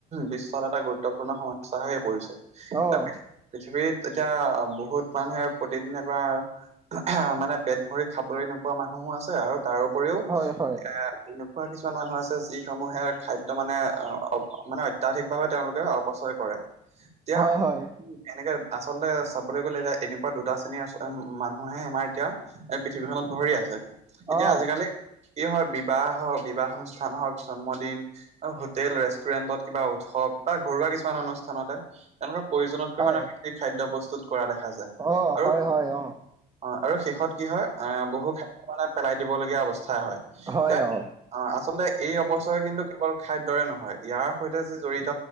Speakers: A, on the right; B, on the right.
A: বিশ্বত এটা গুৰুত্বপূৰ্ণ সম স্যা হৈ পৰিছে।
B: অ'।
A: এতিয়া পৃথি পৃথিৱীত এতিয়া বহুত মানুহে প্ৰতিদিনে, তোমাৰ আহ মানে পেট ভৰি খাবলৈ নোপোৱা মানুহো আছে। আৰু তাৰ উপৰিও
B: হয় হয়
A: এ এনেকুৱা কিছুমান মানুহ আছে, যিসমূহে খাদ্য মানে, মানে অত্যাধিকভাৱে তেওঁলোকে অপচয় কৰে। এতিয়া
B: হয়, হয়।
A: এনেকে আচলতে চাবলৈ গ'লে এতিয়া, এনেকুৱা দুটা শ্ৰেণীৰ মানুহে আমাৰ এতিয়া। এ পৃথিৱীখন ভৰি আছে। এতিয়া
B: অ
A: আজিকালি কি হয়, বিবাহ হওক, বিবাহ অনুষ্ঠান হওক, জন্মদিন হোটেল, ৰেষ্টুৰেন্টত কিবা উৎসৱ বা ঘৰুৱা কিছুমান অনুষ্ঠানতে তেনেকুৱা প্ৰয়োজনতকৈ
B: হয়
A: মানে, বেছি খাদ্য প্ৰস্তুত কৰা দেখা যায়।
B: অ
A: আৰু
B: হয় হয় অ
A: অ', আৰু শেষত কি হয়, আহ বহু খাদ্য মানে পেলাই দিবলগীয়া অৱস্থা হয়।
B: হয়,
A: এতিয়া
B: অ'।
A: অ', আচলতে এই অপচয় কিন্তু কেৱল খাদ্যৰে নহয়। ইয়াৰ সৈতে যি জড়িত